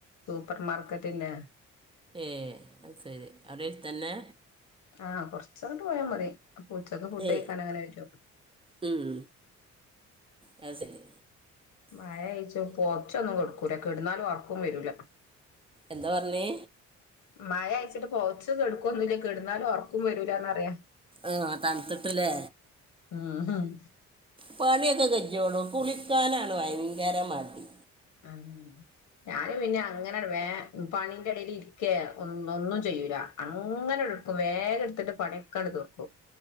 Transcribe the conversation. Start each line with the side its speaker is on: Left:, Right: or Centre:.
Left: സൂപ്പർ മാർക്കറ്റിന്റെ
Right: ഏ അത് ശരി അവിടെ തന്നെ
Left: ആഹ് കൊറച്ചങ്ങട് പോയാ മതി ഉച്ചക്ക് ഫുഡ് കഴിക്കാൻ
Right: ഏ
Left: അങ്ങനെ വരുവൊ
Right: ഉം, അത് ശരി
Left: മഴ കയ്ച്ചു പൊറച്ചൊന്നും കൊടുക്കൂല കെടുന്നാലും ഒർക്കും വരൂല
Right: എന്താ പറഞ്ഞേ
Left: മഴ അയച്ചിട്ട് പോച്ച് കെടുക്കൊന്നുമില്ല കെടുന്നാലും ഒർക്കും വരൂലന്നറിയ
Right: ആഹ തണുത്തിട്ടില്ലേ
Left: ഉം
Right: പണിയൊക്കെ കഞ്ഞോളും കുളിക്കാനാണ് ഭയങ്കരമടി
Left: ആ ഞാന് പിന്നെ അങ്ങനെട വേ പണിന്റെ ഇടയിൽ ഇരിക്കേ ഒന്നും ചെയ്യൂല അങ്ങനെ എടുക്കും വേഗം എടുത്തിട്ട് പണിയൊക്കെടു തീർക്കും